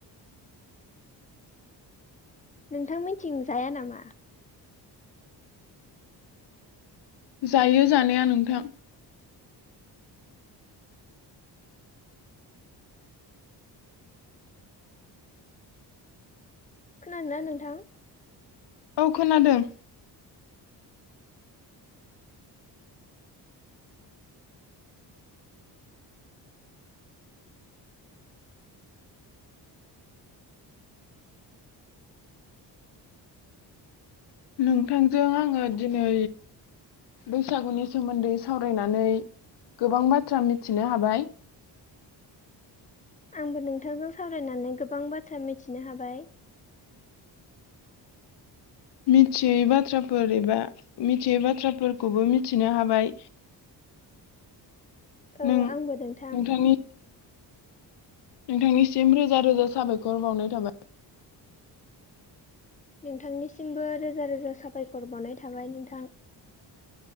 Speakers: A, on the left (about 20°); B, on the left (about 70°).
A: नोंथां मिनथिं जाया नामा?
B: जायो जानाया नोंथां
A: खोनादोंना नोंथां
B: औ खोनादों नोंथांजों आङो दिनै बैसागुनि सोमोन्दै सावरायनानै गोबां बाथ्रा मिथिनो हाबाय
A: आंबो नोंथांजों सावरायनानै गोबां बाथ्रा मिथिनो हाबाय
B: मिथियै बाथ्राफोर एबा मिथियै बाथ्राफोरखौबो मिथिनो हाबाय
A: औ
B: नों
A: आंबो नोंथां
B: नोंथांनि नोंथांनिसिम रोजा रोजा साबायखर बावनाय थाबाय
A: नोंथांनिसिमबो रोजा रोजा साबायखर बावनाय थाबाय नोंथां